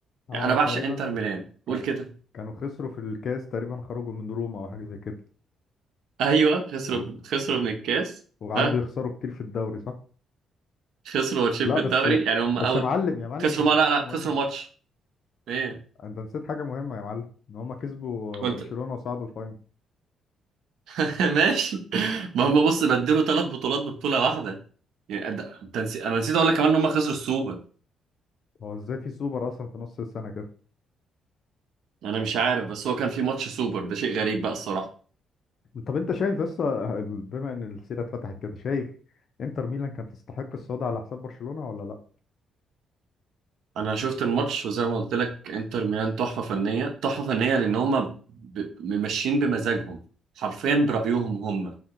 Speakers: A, on the left (about 60°); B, on the right (about 75°).
A: اه
B: انا بعشق
A: تقريبا
B: انتر ميلان
A: كا-
B: قول كده
A: كانوا خسروا في الكاس تقريبا خرجوا من روما او حاجه زي كده
B: ايوه خسروا
A: و...
B: خسروا
A: و-
B: من الكاس
A: وقعدوا
B: ها
A: يخسروا كتير في الدوري صح
B: خسروا ماتشين
A: لا
B: في
A: بس
B: الدوري يعني هم
A: بس
B: اوت
A: يا معلم يا معلم
B: خسروا
A: انت نسيت
B: ما لا
A: حاجه
B: لا
A: مهمه
B: خسروا ماتش ايه
A: انت نسيت حاجه مهمه يا معلم ان هما كسبوا
B: كنت
A: برشلونه وصعدوا الفاينل
B: <laughs> ماشي ما هم بص بدلوا ثلاث بطولات ببطوله واحده يعني أد... أنت نسي... انا نسيت اقول لك كمان ان هم خسروا السوبر
A: هو ازاي في سوبر اصلا في نص السنه كده
B: انا مش عارف بس هو كان في ماتش سوبر ده شيء غريب بقى الصراحه
A: طب انت شايف بس بما ان السيره اتفتحت كده شايف انتر ميلان كانت تستحق الصعود على حساب برشلونه ولا لا
B: انا شفت الماتش وزي ما قلت لك انتر ميلان تحفه فنيه تحفه فنيه لان هم ب... ماشيين بمزاجهم حرفيا برايهم هم